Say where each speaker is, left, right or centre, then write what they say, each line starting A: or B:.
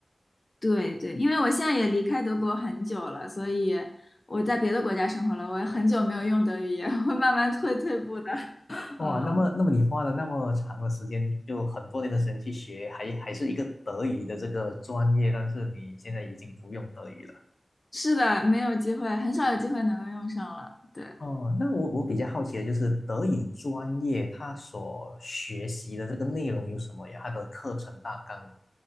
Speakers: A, on the left; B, on the left.
A: 对对，因为我现在也离开德国很久了，所以我在别的国家生活了，我也很久没有用德语，<laughs> 也会慢慢退退步的。
B: 哇，
A: 嗯，
B: 那么那么你花了那么长的时间，就很多年的时间去学，还还是一个德语的这个专业，但是你现在已经不用德语了。
A: 是的，没有机会，很少有机会能够用上了。对。
B: 哦，那我我比较好奇的就是德语专业它所学习的这个内容有什么呀？它的课程大纲